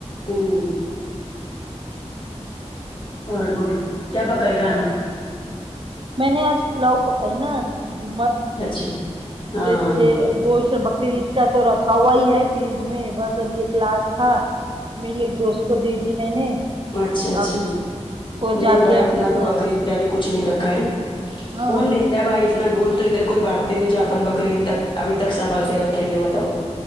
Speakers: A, on the left (about 45°); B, on the right (about 45°).
A: ہوں اور بولو کیا پکائی کھانا
B: اور میں نے آج پلاؤ پکائی نا جہ
A: اچھا ہاں
B: تو اس کے گوشت اور بکری کا تو رکھا ہوا ہی ہے فریج میں بس ابھی یہ ایک لاسٹ تھا میری ایک دوست کو دے دی میں نے
A: اچھا اچھا
B: ابھی وہ
A: نہیں
B: جا
A: بھائی
B: کے
A: اپنا
B: ابھی اتنا
A: تو بکری بھی کچھ نہیں رکھا ہے
B: ہاں
A: کون د کیا بھائی اتنا گوشت تو ادھر کوئی بانٹتے نہیں جا اپن بکرعید تک ابھی تک سنبھال کے رکھیں گے بتاؤ